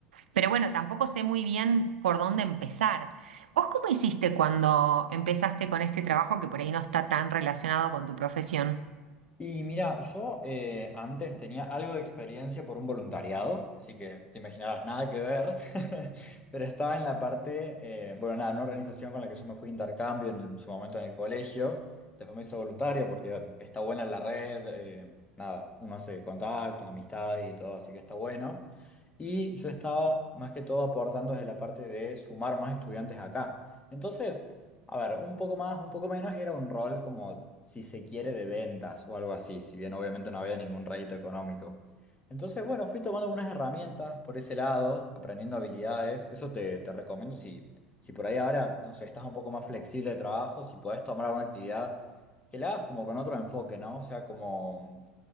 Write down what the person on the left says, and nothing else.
Y mira, yo eh, antes tenía algo de experiencia por un voluntariado, así que te imaginarás nada que ver, <laughs> pero estaba en la parte, eh, bueno, nada, en una organización con la que yo me fui de intercambio en, en su momento en el colegio, después me hice voluntario porque está buena la red, eh, nada, uno hace contactos, amistades y todo, así que está bueno. Y yo estaba más que todo aportando desde la parte de sumar más estudiantes acá. Entonces, a ver, un poco más, un poco menos, era un rol como, si se quiere, de ventas o algo así, si bien obviamente no había ningún rédito económico. Entonces, bueno, fui tomando algunas herramientas por ese lado, aprendiendo habilidades. Eso te, te recomiendo si, si por ahí ahora, no sé, estás un poco más flexible de trabajo, si podés tomar alguna actividad, que la hagas como con otro enfoque, ¿no? O sea, como